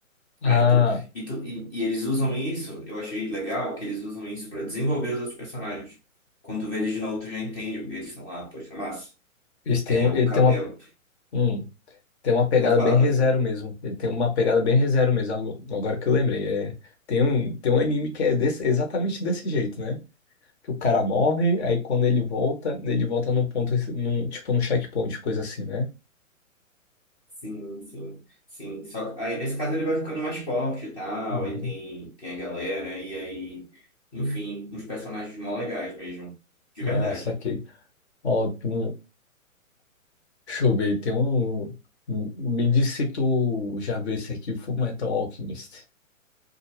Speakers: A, on the left; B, on the left.
A: Ah,
B: Aí tu, e, tu, e, e eles usam isso, eu achei legal que eles usam isso pra desenvolver os outros personagens. Quando tu vê eles de novo, tu já entende porque eles estão lá, pode ser massa.
A: eles têm,
B: É
A: um-
B: o
A: ele
B: ca-
A: tem uma,
B: é, o-
A: hum, tem uma pegada
B: pode falar,
A: bem ReZero
B: pode falar.
A: mesmo. Ele tem uma pegada bem ReZero mesmo. Agora agora que eu lembrei, é, tem um, tem um anime que é desse- exatamente desse jeito, né? que o cara morre, aí quando ele volta, ele volta num ponto, num, tipo num checkpoint, coisa assim, né?
B: Sim, sim, sim. Só que aí nesse caso ele vai ficando mais forte e tal,
A: Uhum.
B: e tem, tem a galera, e aí, enfim, uns personagens mó legais mesmo. De
A: Ah,
B: verdade.
A: saquei. Ó, tem um- deixa eu ver, tem um. um, Me diz se tu já vê esse aqui, Full Metal Alchemist.